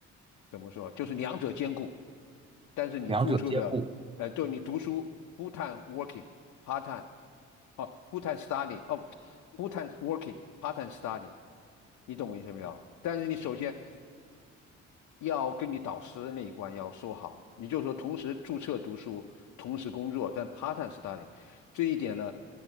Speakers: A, on the left; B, on the right.
A: 怎么说，就是两者兼顾，但是你付出的，
B: 两者兼顾，
A: 呃，就你读书 full time working part time，哦 full time studying，哦 full time working part time studying，你懂我意思没有？但是你首先要跟你导师那一关要说好，你就说同时注册读书，同时工作，但 part time study 这一点呢